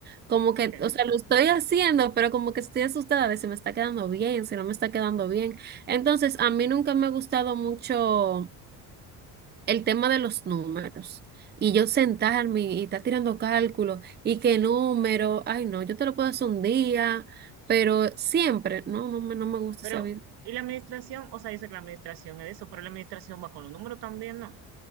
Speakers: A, on the right; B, on the right.
A: Como
B: ¿Por
A: que,
B: qué?
A: o sea, lo estoy haciendo, pero como que estoy asustada de si me está quedando bien, si no me está quedando bien. Entonces, a mí nunca me ha gustado mucho el tema de los números y yo sentarme y estar tirando cálculos y qué número, ay no, yo te lo puedo hacer un día, pero siempre, no, no me, no me gusta
B: Pero,
A: saber
B: y la administración, o sea, dice que la administración es eso, pero la administración va con los números también, ¿no?